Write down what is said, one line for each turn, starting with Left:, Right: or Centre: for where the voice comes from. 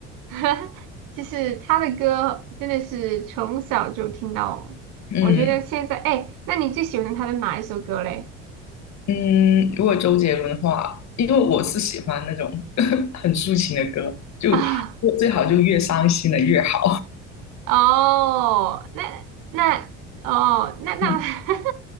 Right: <laughs> 就是他的歌真的是从小就听到，
Left: 嗯
Right: 我觉得现在，哎，那你最喜欢他的哪一首歌嘞？
Left: 嗯，如果周杰伦的话，因为我是喜欢那种 <laughs> 很抒情的歌，就
Right: <laughs> 啊，
Left: 最好就越伤心的越好。
Right: 哦，那那哦，那那，
Left: 嗯，
Right: <laughs>